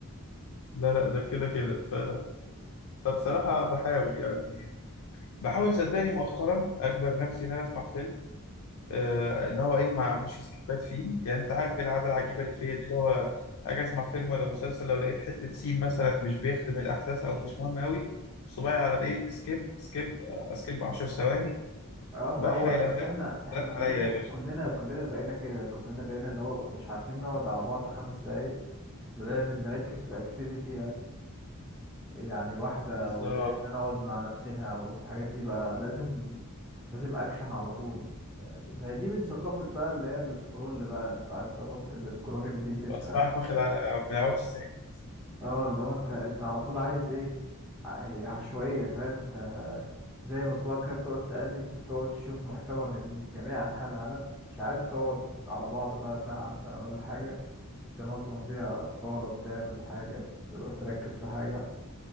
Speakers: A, on the left; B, in the centre.
A: لا لا ده كده كده ف... فبصراحه بحاول يعني بحاول صدقني مؤخرا اجبر نفسي ان انا اسمع فيلم آه، ان هو ايه ما اعملش سكيبات فيه يعني انت عارف ايه العاده العجيبه اللي فيا دي اللي هو اجي اسمع فيلم ولا مسلسل لو لقيت حته سين مثلا مش بيخدم الاحداث او مش مهم قوي صباعي على الايه سكيب سكيب آه، سكيب 10 ثواني
B: اه
A: بحرق
B: ما هو اصل
A: الافلام
B: احنا
A: والمسلسلات
B: احنا كلنا
A: عليا يا باشا
B: كلنا كلنا بقينا كده كلنا بقينا اللي هو مش عارفين نقعد على بعض خمس دقايق بنعمل نركز في اكتيفيتي يعني واحدة
A: بالظبط
B: وإن إحنا نقعد مع نفسنا والحاجات دي بقى لازم لازم أكشن على طول آه، هي دي من ثقافة بقى اللي هي السكرول بقى اللي عارف ثقافة السكرولنج دي اللي أنت
A: اصبعك واخد على ما يقعدش ساكت
B: اه اللي هو أنت أنت على طول عايز إيه ع- عشوائية فاهم أنت زي بصبعك كده بتقعد تقلب وتقعد تشوف محتوى من جميع أنحاء العالم مش عارف تقعد على بعض بقى ساعة مثلا ولا حاجة تنظم فيها أفكارك تعمل حاجة تبقى تركز في حاجة